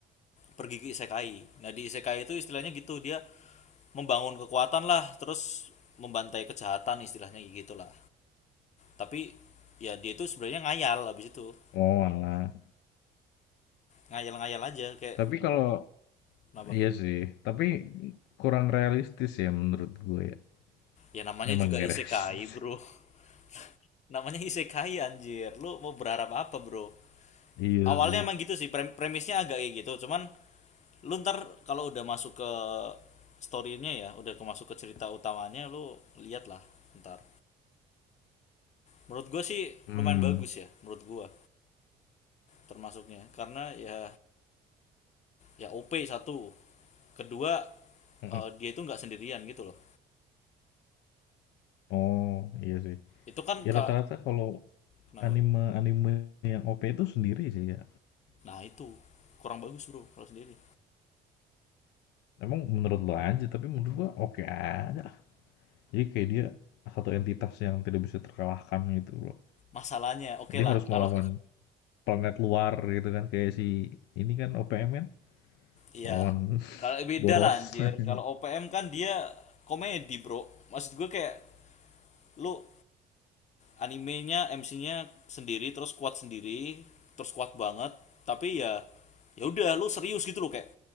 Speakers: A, on the left; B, on the left.
A: pergi ke isekai nah di isekai itu istilahnya gitu dia membangun kekuatan lah terus membantai kejahatan istilahnya gitu lah tapi ya dia itu sebenarnya ngayal abis itu
B: oh alah,
A: ngayal-ngayal aja kayak
B: tapi kalau
A: kenapa
B: iya sih, tapi kurang realistis ya menurut gue ya,
A: ya namanya
B: emang
A: juga
B: nggak
A: isekai
B: <laughs> realistis.
A: bro <laughs> namanya isekai anjir lu mau berharap apa bro
B: Iya
A: awalnya
B: sih,
A: emang gitu sih premisnya agak kayak gitu cuman lu ntar kalau udah masuk ke story-nya ya udah ke- masuk ke cerita utamanya lu lihat lah ntar menurut gue sih
B: mmm,
A: lumayan bagus ya menurut gue termasuknya karena ya ya OP satu kedua
B: mhm,
A: eh, dia itu nggak sendirian gitu loh
B: oh, iya sih,
A: itu kan
B: ya
A: ka-
B: rata-rata kalau
A: kenapa
B: anime-anime yang OP itu sendiri sih ya,
A: nah itu kurang bagus bro kalau sendiri
B: Emang menurut lo aja, tapi menurut gua oke aja. Jadi kayak dia satu entitas yang tidak bisa terkalahkan gitu loh.
A: masalahnya oke
B: Dia
A: lah
B: harus
A: kalau
B: melawan planet luar gitu kan kayak si ini kan OPM kan
A: Iya,
B: lawan <laughs>
A: kalau beda
B: Boros.
A: lah anjir.
B: <laughs>
A: Kalau OPM kan dia komedi, bro. Maksud gue kayak lu animenya, MC-nya sendiri, terus kuat sendiri, terus kuat banget. Tapi ya, ya udah lu serius gitu loh kayak